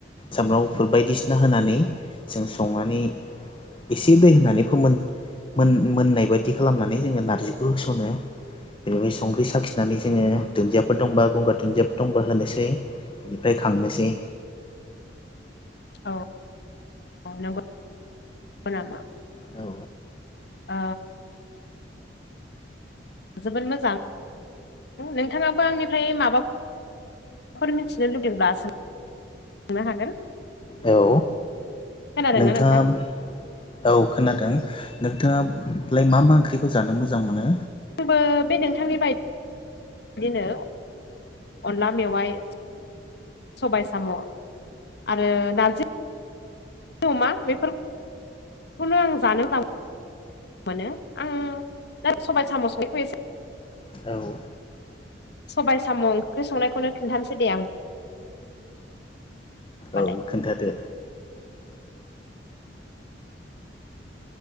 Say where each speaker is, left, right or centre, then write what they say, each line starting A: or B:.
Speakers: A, on the left (about 30°); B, on the left (about 60°).
A: सामब्राम गुफुर बायदिसिना होनानै जों संनानै एसे दै होनानै फोमोन मोन मोननाय बायदि खालामनानै जोङो नार्जिखौ होसनो। बेनिफ्राय संख्रि साखिनानै जोङो दुन्दियाफोर दंबा गंगार दुन्दियाफोर दंबा होनोसै। बिनिफ्राय खांनोसै।
B: औ औ नंगौ नामा?
A: औ
B: ओ जोबोद मोजां नोंथाङाबो आंनिफ्राय माबा माबाफोर मिथिनो लुबैदोंल्बा सोंनो हागोन।
A: औ
B: खोनादोंना
A: नोंथाङा
B: नोंथां
A: औ खोनादों नोंथाङालाय मा मा ओंख्रिखौ जानो मोजां मोनो?
B: आंबो बे नोंथांनि बायदि बिदिनो अनला मेवाइ सबाय साम' आरो नारजि अमा बेफोरखौनो आं जानो मोजां मोनो आं दा सबाय साम'संनाइखौ एसे
A: औ।
B: सबायाइ साम' ओंख्रि संनायखौनो खिन्थानोसै दे आं होमबालाय
A: औ खोन्थादो